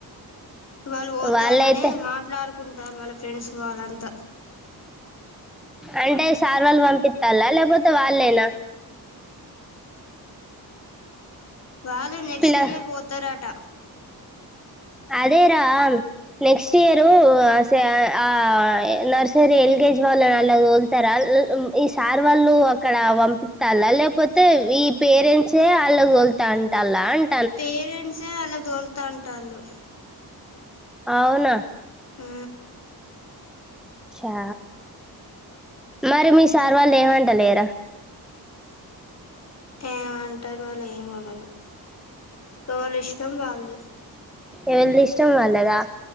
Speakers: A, on the left; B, in the centre.
A: వాళ్ళు పోతానని
B: వాళ్ళైతే
A: మాట్లాడుకుంటు రు వాళ్ళ ఫ్రెండ్స్ వాలంతా
B: అంటే సార్ వాళ్ళు పంపిస్తాల లేకపోతే వాళ్ళేనా
A: వాళ్ళు నెక్స్ట్
B: పిల్ల
A: ఇయర్ పోతారట
B: అదేరా నెక్స్ట్ ఇయరు ఆ సో ఆ నర్సరి ఎల్ కేజ వాళ్ళు అలా తోలుతారా ఈ సార్ వాళ్ళు అక్కడ పంపిస్తాలా లేకపోతే ఈ పేరెంట్సే వాళ్ళకొలుతా అంటా అలా అంట
A: పేరెంట్సే వాళ్లాక్దొలుతాంట వాళ్ళు
B: అవునా
A: ఊ
B: అ మరి మీ సార్వా లేవాంట లేరా
A: ఏమంటారు వాళ్ళు ఏమ అనరు ఎవరిష్టం వాళ్ళది
B: ఎవరి ఇష్టం వాళ్ళదా